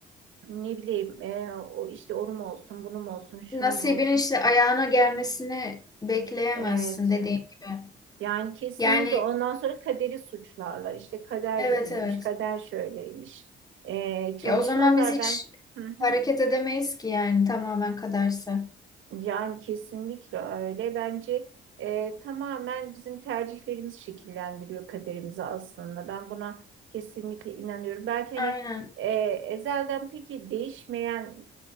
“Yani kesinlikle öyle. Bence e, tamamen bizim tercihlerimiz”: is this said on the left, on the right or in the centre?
Right